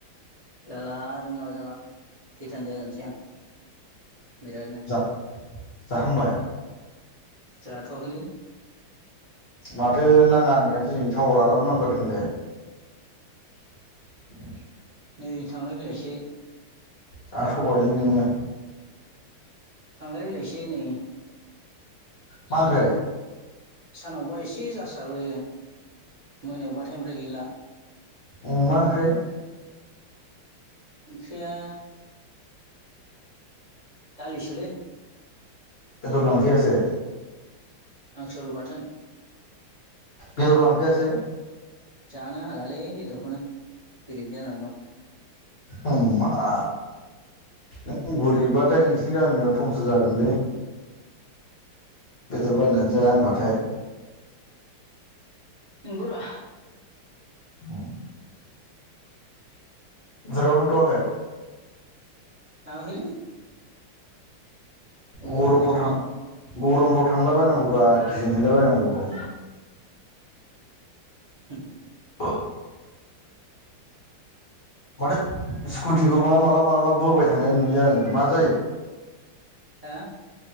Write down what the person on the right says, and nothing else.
जाला रोङाबा जाला सैथान जायानसै आं। बिरादनो
जाथ'आखैलै।
नै थांलाय फैलायसो।
थांलाय फैलायसो नै।
सानाव
सानावबा एसे जासाबो। मोनायावबाथाइ ओमफ्राय गैला।
ओंख्रिया दालिसोलै।
हांसुर बाथोन।
जानो हालालै बेदरखौनो गोरिब जानानै दं।
नोंगौरा।
थाङाखैलै। अबाव
थांबाय थानो
<inaudible>
हो?